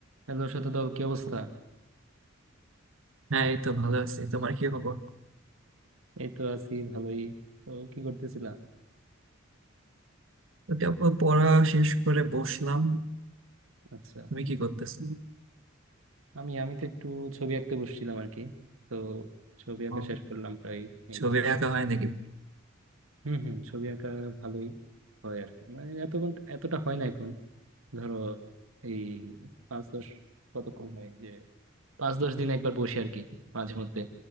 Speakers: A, on the right; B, on the right.
A: Hello Shatadal কি অবস্থা
B: হ্যাঁ এই তো ভালো আছি তোমার কি খবর
A: এই তো আছি ভালোই তো কি করতেছিলা
B: ওকে আপু পড়া শেষ করে বসলাম
A: আচ্ছা
B: তুমি কি করতেছো
A: আমি আমি তো একটু ছবি আঁকতে বসছিলাম আর কি তো ছবি আঁকা
B: ও,
A: শেষ করলাম প্রায় এই
B: ছবি
A: যে পড়া
B: আঁকা হয় নাকি
A: হুম হুম ছবি আঁকা ভালোই হয় আর কি মানে এতক্ষণ এতটা হয় না এখন ধরো এই পাঁচ দশ কতক্ষণ হয় যে পাঁচ দশ দিন একবার বসি আর কি মাঝে মধ্যে